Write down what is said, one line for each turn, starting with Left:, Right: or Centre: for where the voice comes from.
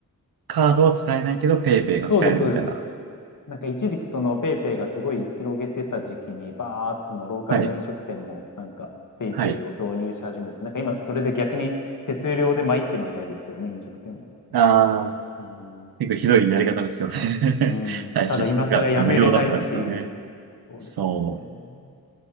Right: カードは使えないけど、ペイペイが使えるみたいな。
Left: そうです、そうです。なんか一時期そのペイペイがすごい広げてた時期に、バーっとそのローカルの飲食店もなんかペイペイを導入し始めて、
Right: はい。はい。
Left: なんか今それで逆に手数料で参ってるみたいですけどね、飲食店は。
Right: ああ、
Left: うん。
Right: 結構ひどいやり方ですよね。
Left: うん。
Right: <laughs> はいしが、
Left: ただ今更やめれないっていう、
Right: が無料だったからですよね。
Left: そうですよね。
Right: そ